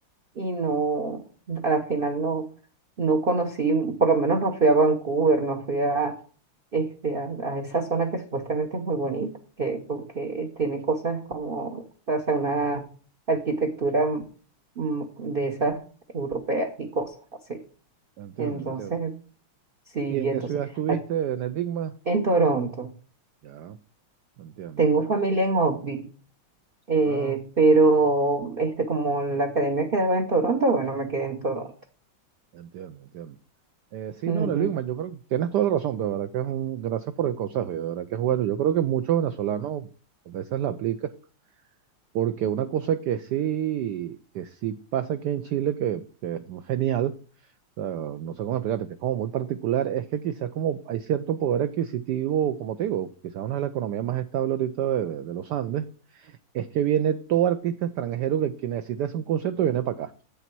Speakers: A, on the right; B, on the right.
A: y no, a la final no, no conocí, por lo menos no fui a Vancouver, no fui a, este, a, a esa zona que supuestamente es muy bonita, que, porque tiene cosas como, o sea, una arquitectura mm, de esas europeas y cosas así.
B: te entiendo,
A: Entonces,
B: entiendo.
A: sí,
B: ¿Y en
A: entonces,
B: qué ciudad estuviste?
A: a-
B: ¿En el Big Mac?
A: en Toronto,
B: Ya, entiendo,
A: tengo
B: entiendo.
A: familia en Oakville eh,
B: Ah,
A: pero este, como la academia quedaba en Toronto, bueno, me quedé en Toronto.
B: entiendo, entiendo. Eh, sí,
A: Ujú.
B: no, en el Big Mac, yo creo que tienes toda la razón, de verdad que es un, gracias por el consejo, y de verdad que es bueno. Yo creo que muchos venezolanos a veces la aplican, porque una cosa que sí, que sí pasa aquí en Chile, que que es genial, sea, no sé cómo explicarte, que es como muy particular. Es que quizás como hay cierto poder adquisitivo, como te digo, quizás una de las economías más estables ahorita de, de- de los Andes, es que viene todo artista extranjero que, que necesita hacer un concierto viene para acá.